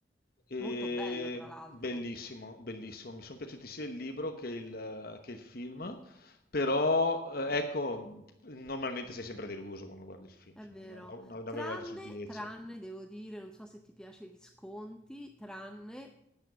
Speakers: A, on the left (about 55°); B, in the centre.
A: E
B: Molto bello, tra l'altro.
A: bellissimo, bellissimo. Mi sono piaciuti sia il libro che il, che il film, però eh, ecco, normalmente sei sempre deluso quando guardi il film,
B: È
A: insomma,
B: vero.
A: no- no- no- nove
B: Tranne,
A: volte su dieci.
B: tranne, devo dire, non so se ti piace i Visconti, tranne